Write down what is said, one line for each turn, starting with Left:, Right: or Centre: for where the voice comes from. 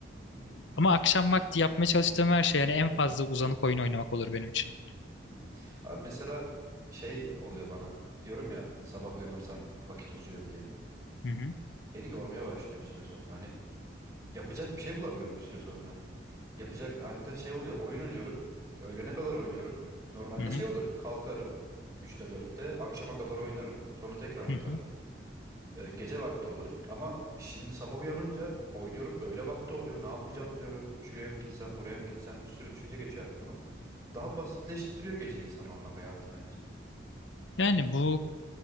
Right: Hmm,
Left: Ama akşam vakti yapmaya çalıştığım her şey yani en fazla uzanıp oyun oynamak olur benim için.
Right: hmm. Abi mesela şey oluyor bana. Diyorum ya sabah uyanırsam vakit uzuyor diye.
Left: Hı hı,
Right: Beni yormaya başlıyor bir süre sonra. Hani yapacak bir şey bulamıyorum bir süre sonra. Yapacak harbiden şey oluyor. Oyun oynuyorum. Öğlene kadar oynuyorum. Normalde
Left: hı hı,
Right: şey olur. Kalkarım. üçte dörtte Akşama kadar oynarım. Sonra tekrar yatarım.
Left: hı hı.
Right: Ee, gece vakti olur. Ama şimdi sabah uyanınca oynuyorum. Öğle vakti oluyor. Ne yapacağım diyorum. Şuraya mı gitsem, buraya mı gitsem. Bir sürü düşünce geçiyor aklıma. Daha basitleştiriyor gece insan olmak hayatı bence.
Left: Yani bu